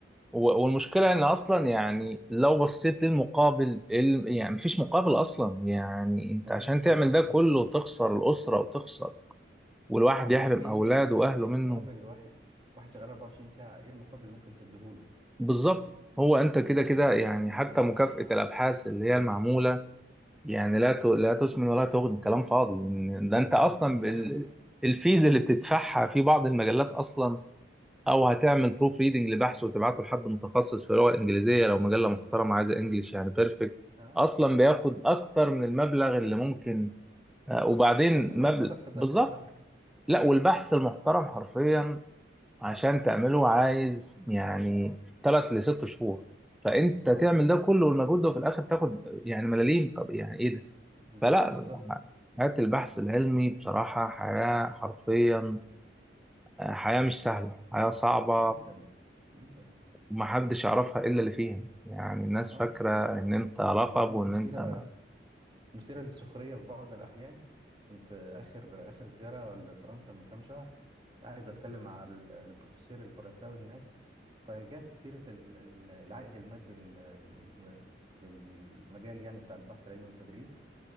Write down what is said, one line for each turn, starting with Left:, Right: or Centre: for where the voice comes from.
Centre: و- والمشكله ان اصلا يعني لو بصيت للمقابل ال- يعني مفيش مقابل اصلا يعني انت
Right: مفيش
Centre: عشان
Right: مقابل
Centre: تعمل
Right: بالظبط
Centre: ده كله
Right: <laughs>
Centre: وتخسر الاسره وتخسر والواحد
Right: لا وبعدين
Centre: يحرم
Right: إيه
Centre: اولاده
Right: ال- إيه ال-
Centre: واهله
Right: إيه المقابل
Centre: منه
Right: لواحد واحد شغال 24 ساعة إيه المقابل اللي ممكن تديهوله
Centre: بالظبط هو انت كده
Right: يعني
Centre: كده يعني حتى
Right: <laughs>
Centre: مكافاه الابحاث اللي هي المعموله يعني لا ت- لا تسمن ولا تغني كلام فاضي إن ده انت اصلا
Right: دي دي تضحك
Centre: بال- الفيز اللي بتدفعها في بعض المجلات اصلا او هتعمل بروف ريدنج لبحث وتبعته لحد متخصص في اللغه الانجليزيه لو مجله محترمه عايزه انجليش يعني بيرفكت
Right: أه
Centre: اصلا بياخد اكتر من المبلغ اللي ممكن آه، وبعدين
Right: قد مرتبك
Centre: مبلغ
Right: كذا
Centre: بالظبط
Right: كذا شهر
Centre: لا والبحث المحترم حرفيا عشان تعمله عايز يعني ثلاث لست شهور فانت
Right: أه
Centre: تعمل ده كله والمجهود ده وفي الاخر تاخد يعني ملاليم طب يعني ايه ده
Right: ب-
Centre: فلا
Right: بالظبط
Centre: حياة البحث العلمي بصراحة حياة حرفيا آه، حياة مش سهلة حياة صعبة
Right: جدا جدا
Centre: ومحدش يعرفها إلا اللي فيها يعني الناس
Right: أه
Centre: فاكرة إن أنت لقب
Right: وبعدين
Centre: وإن
Right: مثيرة
Centre: أنت ما...
Right: مثيرة للسخرية في بعض الأحيان كنت آخر آخر زيارة لفرنسا من كام شهر قاعد بتكلم مع ال- البروفيسور الفرنساوي هناك فجت سيرة ال- ال- العائد المادي لل- للم- للمجال يعني بتاع البحث العلمي والتدريس